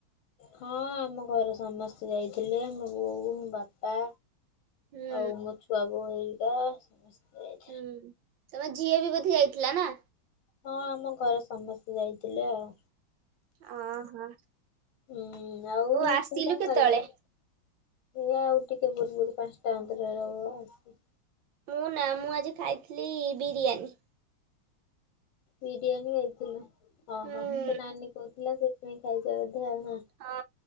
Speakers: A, on the left (about 80°); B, on the right (about 75°).
A: ହଁ ଆମ ଘରେ ସମସ୍ତେ ଯାଇଥିଲେ ମୋ ବୋଉ, ବାପା
B: ହୁଁ
A: ଆଉ ମୋ ଛୁଆ ବୋଉ ହେଇକା ସମସ୍ତେ ଯାଇଥିଲେ।
B: ହୁଁ ତମ ଝିଅ ବି ବୋଧେ ଯାଇଥିଲା ନା?
A: ହଁ ଆମ ଘରେ ସମସ୍ତେ ଯାଇଥିଲେ ଆଉ।
B: ଓହୋ
A: ହୁଁ ଆଉ
B: ଆସିଲୁ
A: ତୁ କଣ
B: କେତେବେଳେ?
A: ଖାଇଛୁ? ଏଇ ଆଉ ଟିକେ ପୂର୍ବୁର ପାଞ୍ଚଟା ଅନ୍ତର ହେବ ଆଉ।
B: ମୁଁ ନା ମୁଁ ଆଜି ଖାଇଥିଲି ବିରିୟାନୀ।
A: ବିରିୟାନୀ ହୋଇଥିଲା ଓହୋ
B: ହୁଁ
A: ତ ନାନୀ କହୁଥିଲା ସେ ଣି ଖାଇ ଯାଉଛି ଆଉ
B: ହଁ